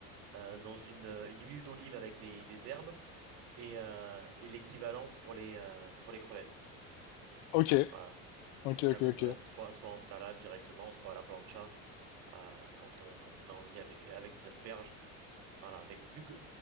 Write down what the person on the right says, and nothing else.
Euh, dans une, euh, une huile d'olive avec des, des herbes et, euh, et l'équivalent pour les, euh, pour les crevettes.
Voilà.
Et ça
qu'on
peut mettre soit, soit en salade directement, soit à la plancha, euh, quand on, quand on a envie avec, avec des asperges. Voilà, mais vu que,